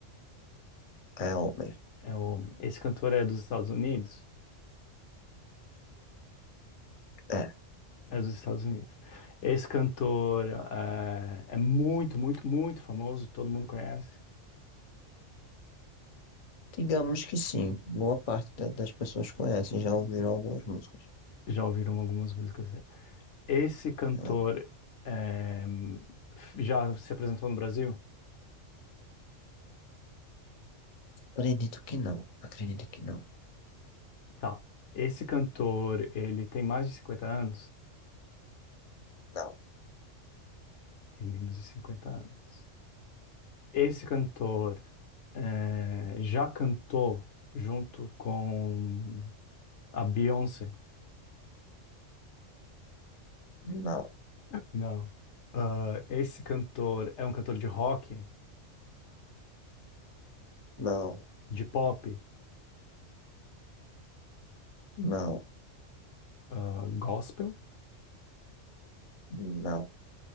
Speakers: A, on the left; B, on the left.
A: É homem.
B: É o homem. Esse cantor é dos Estados Unidos?
A: É.
B: É dos Estados Unidos. Esse cantor eh, é, muito, muito, muito famoso, todo mundo conhece.
A: Digamos que sim. Boa parte da- das pessoas conhecem, já ouviram algumas músicas.
B: Já ouviram algumas músicas dele. Esse cantor
A: Ah,
B: eh, já se apresentou no Brasil?
A: acredito que não. Acredito que não.
B: Tá. Esse cantor, ele tem mais de cinquenta anos?
A: Não,
B: Tem menos de 50 anos. Esse cantor eh, já cantou junto com a Beyoncé?
A: não,
B: Não. Ah, esse cantor é um cantor de rock,
A: não,
B: de pop,
A: não,
B: ah, gospel,
A: não,